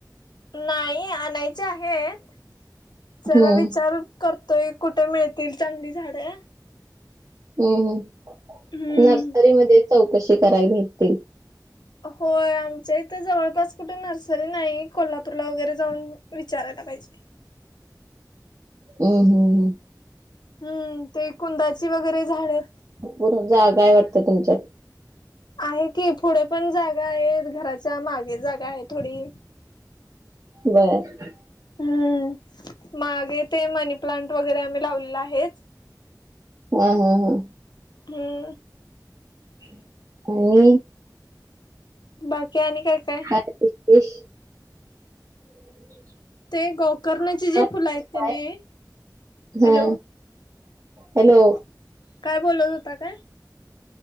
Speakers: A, on the left; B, on the right.
A: नाही आणायचे आहेत. <inaudible> जरा
B: हम्म
A: विचार करतोय कुठे मिळतील चांगली झाडं.
B: हम्म हम्
A: हम्म
B: नर्सरीमध्ये चौकशी करावी भेटतील
A: होय आमच्या इथं जवळपास कुठे नर्सरी नाही कोल्हापूरला वगैरे जाऊन विचारायला पाहिजे.
B: ह हो हो.
A: हम्म ते कुंदाची वगैरे झाडं
B: भरपूर जागा हाय वाटतं तुमच्यात.
A: आहे की पुढे पण जागा आहेत घराच्या मागे जागा आहे थोडी
B: बरर.
A: हम्म मागे ते मनी प्लांट वगैरे आम्ही लावलेला आहे.
B: ह हा हा,
A: हम्म,
B: <inaudible> कोनी.
A: बाकी आणि. काय
B: <unintelligible>
A: काय
B: <unintelligible>
A: ते गोकर्नची जी
B: काय
A: फुलं आहेत कनी
B: काय?
A: <inaudible> हॅलो.
B: हा हॅलो,
A: काय बोलत होता काय?